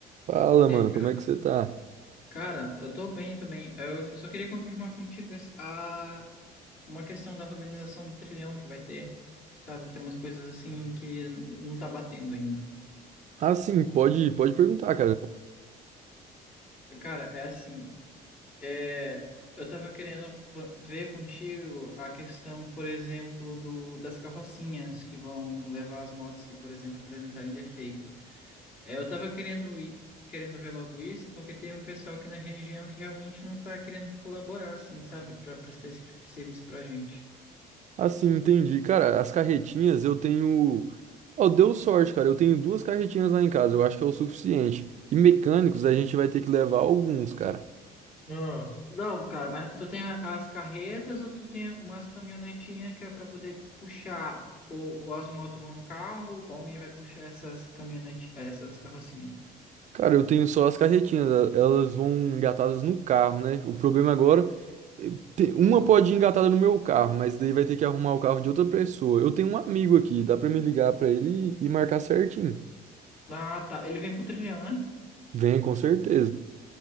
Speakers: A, on the right (about 45°); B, on the left (about 60°).
A: Fala,
B: E
A: mano,
B: aí, cara,
A: como é
B: beleza?
A: que você tá?
B: Cara, eu tô bem, também Eu eu só queria confirmar contigo essa- a, uma questão da organização do trilhão que vai ter, sabe? Tem umas coisas assim que não tá batendo ainda.
A: Ah, sim, pode, pode perguntar, cara.
B: Cara, é assim, é, eu tava querendo pla- ver contigo a questão, por exemplo, do, das carrocinhas que vão levar as motos que, por exemplo, apresentarem defeito. É, Eu tava querendo ir, querendo ver logo isso, porque tem um pessoal aqui na região que realmente não tá querendo colaborar, assim, sabe, para prestar esse tipo de serviço pra gente.
A: Ah, sim. entendi. Cara, as carretinhas eu tenho. Ó, deu sorte, cara. Eu tenho duas carretinhas lá em casa, eu acho que é o suficiente. E mecânicos a gente vai ter que levar alguns, cara.
B: Ah, Não, cara, mas tu tem a- as carretas ou tu tem umas caminhonetinhas que é para poder puxar? Ou, ou as motos vão no carro, ou alguém vai puxar essas caminhonetes, essas carrocinhas?
A: Cara, eu tenho só as carretinhas, a- elas vão engatadas no carro, né? O problema agora. eh, te- Uma
B: Hum.
A: pode ir engatada no meu carro, mas daí vai ter que arrumar o carro de outra pessoa. Eu tenho um amigo aqui, dá pra me ligar pra ele e e marcar certinho.
B: Ah, tá. Ele vem pro trilhão, né?
A: Vem, com certeza.